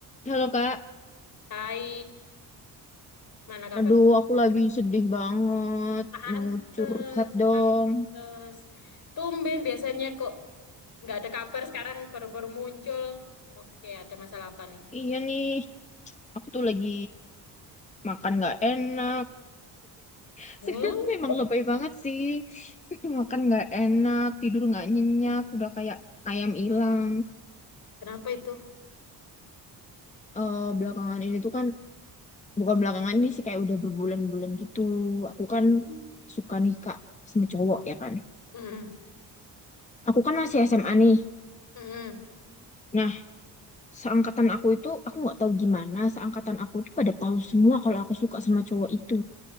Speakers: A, on the left; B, on the left.
A: Halo Kak,
B: Hai, mana kabarnya?
A: aduh aku lagi sedih banget,
B: Pantes,
A: mau curhat dong.
B: pantes. Tumben biasanya kok nggak ada kabar sekarang baru-baru muncul. Oke, ada masalah apa nih?
A: Iya nih, aku tuh lagi makan gak enak. <laughs>
B: Hmm?
A: Memang lebay banget sih, <laughs> makan gak enak, tidur gak nyenyak, udah kayak ayam hilang.
B: Kenapa itu?
A: Eh belakangan ini tuh kan, bukan belakangan ini sih kayak udah berbulan-bulan gitu. Aku
B: Mm-mm.
A: kan suka nikah sama cowok ya kan.
B: Mm-mm.
A: Aku kan masih SMA nih.
B: Mm-mm.
A: nah seangkatan aku itu aku nggak tahu gimana seangkatan aku itu pada tahu semua kalau aku suka sama cowok itu